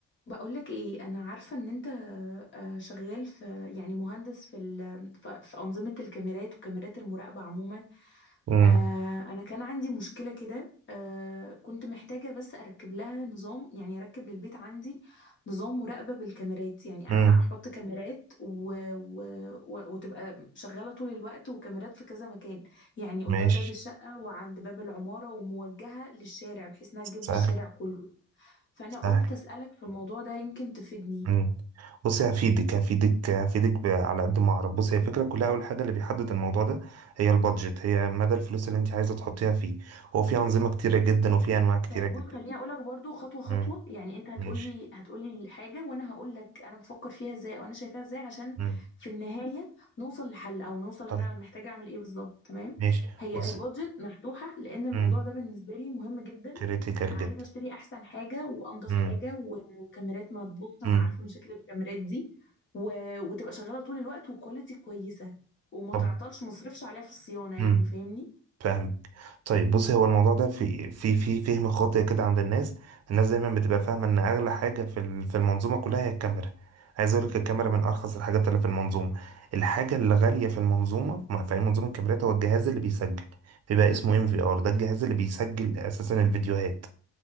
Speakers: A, on the left; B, on the right.
A: بقولك ايه انا عارفة ان انت آه، شغال في يعني مهندس في ال- في في أنظمة الكاميرات وكاميرات المراقبة عموما
B: امم
A: آه، انا كان عندي مشكلة كده آه، كنت محتاجة بس اركب لها نظام يعني اركب للبيت عندي نظام مراقبة بالكاميرات يعني أ-
B: امم
A: احط كاميرات و... و... و... وتبقى شغالة طول الوقت وكاميرات في كذا مكان يعني قدام
B: ماشي
A: باب الشقة وعند باب العمارة وموجهة للشارع بحيث انها تجيب
B: سهل
A: لي الشارع كله فانا
B: سهل
A: قلت اسالك في الموضوع ده يمكن تفيدني
B: امم بص هفيدك هفيدك هفيدك ب- على قد ما اعرف بص هي الفكره كلها اول حاجه اللي بيحدد الموضوع ده هي البادجت هي مدى الفلوس اللي انت عايزه تحطيها فيه هو في انظمه كتيره جدا وفي انواع كتيره
A: طيب
B: جدا
A: بص خليني اقولك برضو خطوه خطوه
B: امم
A: يعني انت هتقولي
B: ماشي
A: هتقولي الحاجه وانا هقولك انا بفكر فيها ازاي وانا شايفاها ازاي عشان
B: امم
A: في النهايه نوصل لحل او نوصل
B: طيب
A: انا محتاجه اعمل ايه بالظبط تمام
B: ماشي
A: هي
B: بص
A: البادجت مفتوحه لان الموضوع
B: امم
A: ده بالنسبه لي مهم جدا
B: كريتيكال
A: عايزه
B: جدا
A: اشتري احسن حاجه وانضف
B: امم
A: حاجه و- وكاميرات ما تبوظ انا
B: امم
A: عارفه مشاكل الكاميرات دي و... وتبقى شغاله طول الوقت وكواليتي كويسه وما
B: طب
A: تعطلش مصرفش عليها في الصيانه يعني
B: امم
A: فاهمني
B: فاهم طيب بصي هو الموضوع ده في في في فهم خاطئ كده عند الناس الناس دايما بتبقى فاهمه ان اغلى حاجه في ال- في المنظومه كلها هي الكاميرا عايز اقول لك الكاميرا من ارخص الحاجات اللي في المنظومه الحاجه اللي غاليه في المنظومه ما- في أي منظومه الكاميرات هو الجهاز اللي بيسجل بيبقى اسمه ام في ار ده الجهاز اللي بيسجل اساسا الفيديوهات